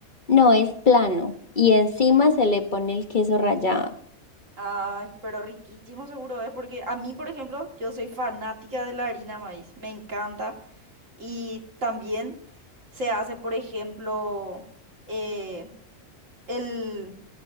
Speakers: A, on the left; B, on the right.
A: No es plano y encima se le pone el queso rallado.
B: Ah, pero riquísimo seguro es, porque a mí, por ejemplo, yo soy fanática de la harina maíz, me encanta. Y también se hace, por ejemplo, eh, el...